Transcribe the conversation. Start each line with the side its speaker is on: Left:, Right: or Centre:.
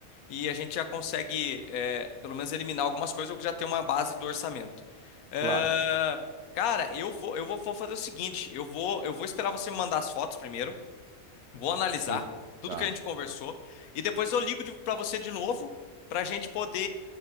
Left: E a gente já consegue, é, pelo menos, eliminar algumas coisas, ou já tem uma base do orçamento. Eh,
Right: Claro.
Left: cara, eu vou, eu vou, vou fazer o seguinte, eu vou, eu vou esperar você me mandar as fotos primeiro. Vou analisar
Right: Pra gente.
Left: tudo
Right: Tá.
Left: que a gente conversou e depois eu ligo para você de novo para a gente poder